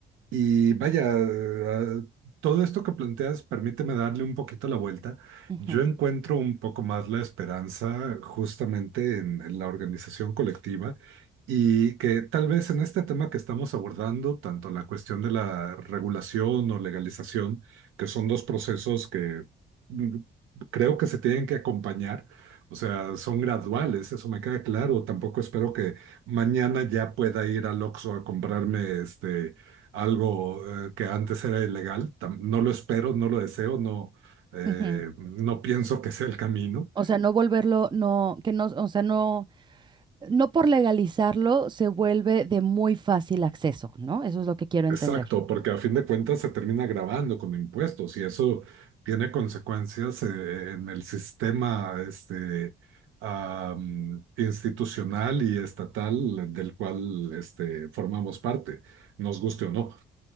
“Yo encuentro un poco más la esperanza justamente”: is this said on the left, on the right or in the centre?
Right